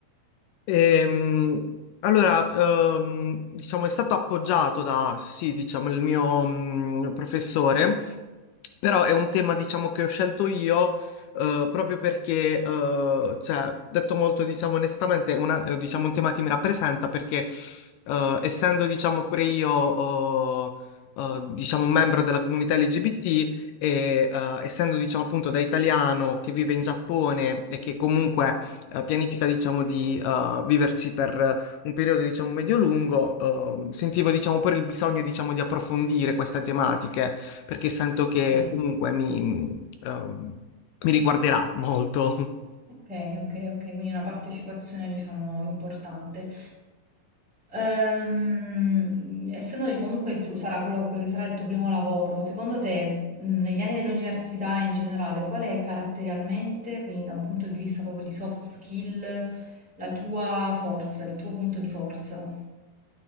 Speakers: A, on the left; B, in the centre.
A: Ehm, allora, ehm, diciamo, è stato appoggiato da, sì, diciamo, il mio mh, professore, però è un tema, diciamo, che ho scelto io eh, proprio perché, eh, cioè, detto molto, diciamo, onestamente, è una- è, diciamo, un tema che mi rappresenta perché, eh, essendo, diciamo, pure io, eh, eh, diciamo, un membro della comunità LGBT, e eh, essendo diciamo appunto da italiano che vive in Giappone e che comunque eh, pianifica, diciamo, di eh, viverci per un periodo, diciamo, medio-lungo, ehm, sentivo, diciamo, pure il bisogno, diciamo, di approfondire queste tematiche, perché sento
B: Ok.
A: che comunque mi, mm, ehm, mi riguarderà molto. <laughs>
B: Ok, ok, ok, quindi una partecipazione diciamo importante. Ehm, essendo che comunque il tuo, sarà quello che sarà il tuo primo lavoro, secondo te mh, negli anni dell'università in generale, qual è caratterialmente, quindi da un punto di vista proprio di soft skill, la tua forza, il tuo punto di forza?